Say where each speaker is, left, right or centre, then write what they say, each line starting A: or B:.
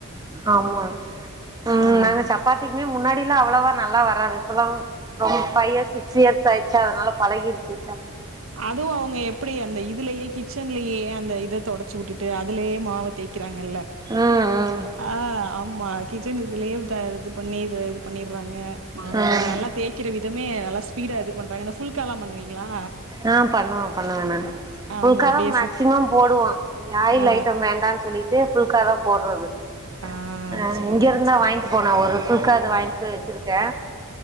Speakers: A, on the right (about 20°); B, on the right (about 65°).
A: ஆமா ம்
B: ஆ
A: நாங்க சப்பாத் திக்மே முன்னாடிலா அவ்ளவா நல்லா வராது இப்பெலாம் ரொம் பை இயர்ஸ் சிக்ஸ் இயர்ஸ் ஆய்சா அதால பழகிர்ச்சி
B: அதுவு அவங்க எப்டி அந்த இதுலயே கிச்சன்லயே அந்த இது தொடச்சு உட்டுட்டு அதுலேயே மாவ தேக் க்கிறாகல்ல
A: ம் ம்
B: ஆ மா கிச்சன் இதுலயே த இது பண்ணி இது பண்ணிற்றாங்க மாவு
A: ம்
B: நல்லா தேக் க்கிற விதமே நல்லா ஸ்பீட இது பண்ணறாங்க இந்த ஃபுல் காலா பண்ணுவீங்களா
A: ஆ பண்ணுவம் பண்ண வேனா
B: ஆமா
A: புல்கா
B: அப்டியே
A: தா மேக்சிமம்
B: சு
A: போடுவே ஆயில்
B: ஆ
A: ஐட்டம் வேண்டான் சொல்லி இதே ஃபுல் கா தா போற்றது
B: ஆ
A: ஆ
B: சேரி
A: இங்க இருந்தா
B: சேரி
A: வாங்கிட் போன ஒரு ஃபுல்கா இது வாங்ட் போய் வச்சிருக்கே